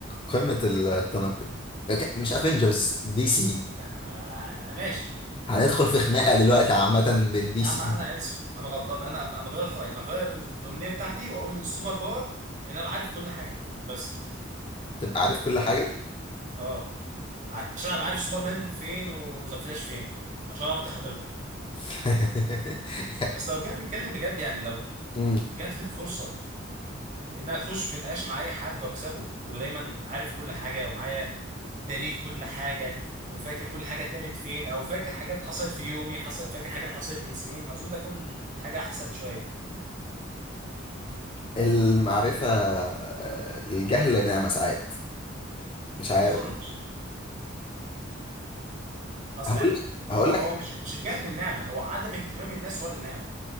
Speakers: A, on the left; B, on the right.
A: قمه التنقل لك- مش افنجرز دي سي
B: يعني ماشي
A: هندخل في خناقه دلوقتي عامه بين دي
B: يا
A: سي
B: عم انا اسف انا غلطان انا انا غيرت رايي هغير ال- الامنيه بتاعتي واقول ان السوبر باور ان انا بعرف كل حاجه بس
A: تبقى عارف كل حاجه
B: اه عشان ابقى عارف سوبرمان فين وذا فلاش فين عشان ارضي حضرتك
A: <laughs>
B: بس لو جينا نتكلم بجد يعني لو
A: أمم.
B: جات لي الفرصه ان أنا اخش في نقاش مع اي حد واكسبه ودايما عارف كل حاجه ومعايا دليل كل حاجه وفاكر كل حاجه اتقالت فين او فاكر حاجات حصلت في يومي حصل فاكر حاجات حصلت من سنين اظن ده يكون حاجه احسن شويه
A: المعرفه آه، الجهل نعمه ساعات مش عارف
B: ما اظنش اصل
A: هقول
B: يعني
A: هقول
B: هو
A: لك
B: هو مش مش الجهل النعمه هو عدم اهتمام الناس هو اللي نعمه